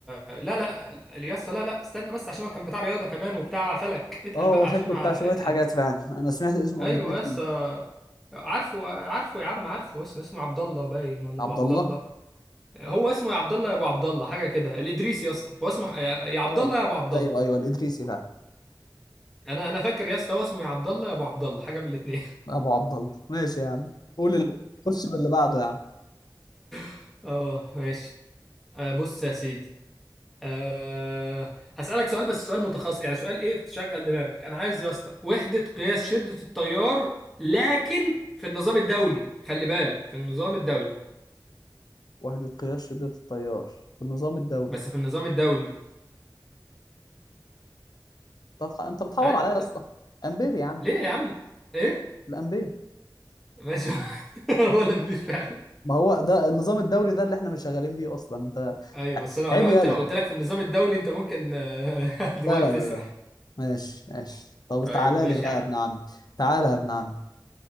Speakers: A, in the centre; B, on the left.
A: لا لا يا اسطى لا لا استنى بس عشان هو كان بتاع رياضه كمان وبتاع فلك اتقل
B: اه
A: بقى
B: هو شكله
A: عشان ع-
B: بتاع شوية
A: اتقل
B: حاجات فعلا أنا سمعت اسمه
A: ايوه
B: قبل كده كتير
A: يا اسطى عارفه عارفه يا عم عارفه اسمه اسمه عبد الله باين ولا
B: عبد
A: ابو عبد
B: الله
A: الله هو اسمه يا عبد الله يا ابو عبد الله حاجه كده الادريسي يا اسطى هو اسمه يا يا عبد
B: اه
A: الله يا ابو عبد الله
B: أيوه أيوه الإدريسي فعلا
A: انا انا فاكر يا اسطى هو اسمه يا عبد الله يا ابو عبد الله حاجه من الاثنين
B: أبو عبد الله ماشي يا عم قول اللي خش باللي بعده يا عم
A: <laughs> اه ماشي آه، بص يا سيدي أه هسألك سؤال بس سؤال متخصص يعني سؤال ايه تشغل دماغك انا عايز يا اسطى وحدة قياس شدة التيار لكن في النظام الدولي خلي بالك في النظام الدولي
B: وحدة قياس شدة التيار في النظام الدولي
A: بس في النظام الدولي
B: طب انت بتحور
A: ايوه
B: عليا يا
A: بس
B: اسطى امبير يا عم
A: ليه يا عم ايه
B: الامبير
A: ماشي <laughs> هو لمبي فعلا
B: ما هو ده النظام الدوري ده اللي احنا مش شغالين بيه اصلا انت
A: ايوه بس انا
B: عيب
A: انا قلت
B: يالا
A: لو قلت لك في النظام الدولي انت ممكن آه، <laughs>
B: لا
A: دماغك
B: لا
A: تسرح
B: لا لا ماشي ماشي طب
A: طيب
B: تعالى
A: ماشي
B: لي بقى
A: يا عم
B: يا ابن عمي تعالى يا ابن عمي